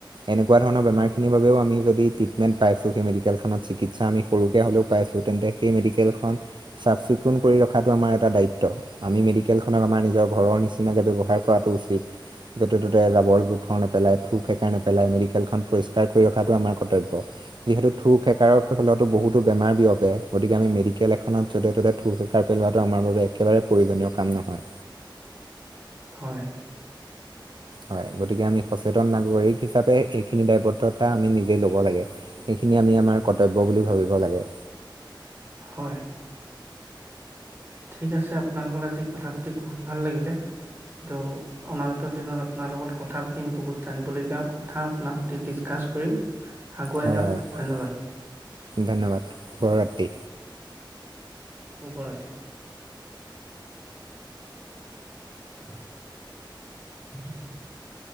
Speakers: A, on the right; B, on the right.
A: এনেকুৱা ধৰণৰ বেমাৰখিনি বাবেও আমি যদি ট্ৰিটমেণ্ট পাইছোঁ, সেই মেডিকেলখনত চিকিৎসা আমি সৰুকে হ'লেও পাইছ তেন্তে, সেই মেডিকেল খন চাফ চিকুণ কৰি ৰখাতটো আমাৰ এটা দায়িত্ব। আমি মেডিকেল খনক আমাৰ নিজৰ ঘৰৰ নিচিনাকে ব্যৱহাৰ কৰাটো উচিত। য'তে ত'তে জাবৰ জোথৰ নেপেলাই থু সেকাৰ নেপেলাই, মেডিকেলখন পৰিস্কাৰ কৰি ৰখাটো আমাৰ কৰ্তব্য। যিহেতু থোক সেকাৰৰ ফলতো বহুতো বেমাৰ বিয়পে গতিকে আমি মেডিকেল এখনত যতে ততে থোক সেকাৰ পেলোৱাটো আমাৰ বাবে একেবাৰে প্ৰয়োজনীয় কাম নহয়।
B: হয়।
A: হয় গতিকে আমি সচেতন নাগৰিক হিচাপে এইখিনি দায়বদ্ধতা আমি নিজে লব লাগে। এইখিনি আমি আমাৰ কৰ্তব্য বুলি ভাবিব লাগে।
B: হয়। ঠিক আছে, আপোনাৰ লগত আজি কথা পাতি বহুত ভাল লাগিলে। ত' অনাগত দিনত আপোনাৰ লগত কথা পাতিম বহুত জানিব লগিয়া কথা আপোনাৰ সতে ডিচকাচ কৰিম, আগুৱাই
A: হয়
B: যাম
A: হয়
B: ধন্যবাদ।
A: ধন্যবাদ শুভৰাত্ৰি।
B: ওপৰতে‍‌‌ <inaudible>